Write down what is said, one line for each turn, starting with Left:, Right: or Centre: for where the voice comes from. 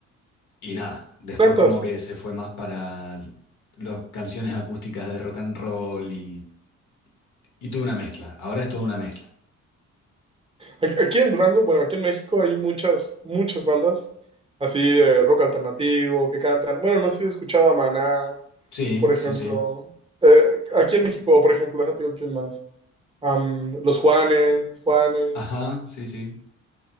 Left: y nada, después
Right: ¿Tantas?
Left: como que se fue más para las canciones acústicas de rock and roll y, y tuve una mezcla. Ahora es toda una mezcla.
Right: Ac- Aquí en Durango, bueno, aquí en México hay muchas, muchas bandas así de rock alternativo que cantan. Bueno, no sé si has escuchado a Maná,
Left: Sí,
Right: por ejemplo.
Left: sí, sí.
Right: Eh, aquí en México, por ejemplo, déjate digo quién más. Am, los Juanes, Juanes,
Left: Ajá, sí, sí.